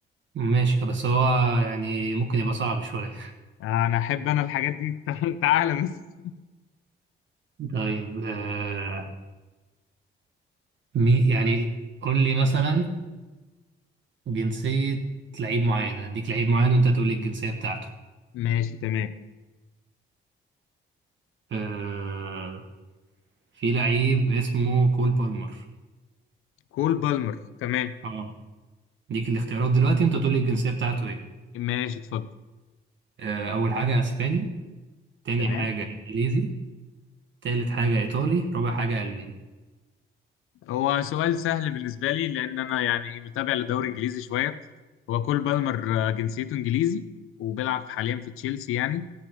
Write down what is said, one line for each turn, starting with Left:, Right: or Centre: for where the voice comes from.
Right: ماشي بس هو يعني ممكن يبقى صعب شوية
Left: انا احب انا الحاجات دي <laughs> تعالى بس
Right: <laughs> طيب آه مي يعني قول لي مثلا جنسية لعيب معين هديك لعيب معين وانت تقول لي الجنسية بتاعته
Left: ماشي تمام
Right: آه في لعيب اسمه كول بالمر
Left: كول بالمر تمام
Right: اه اديك الاختيارات دلوقتي انت تقول لي الجنسية بتاعته ايه
Left: ماشي اتفضل
Right: آه اول حاجة اسباني تاني
Left: تمام
Right: حاجة انجليزي تالت حاجة ايطالي رابع حاجة الماني
Left: هو سؤال سهل بالنسبة لي لأن أنا يعني متابع للدوري الإنجليزي شوية هو كول بالمر آه، جنسيته إنجليزي وبيلعب حاليا في تشيلسي يعني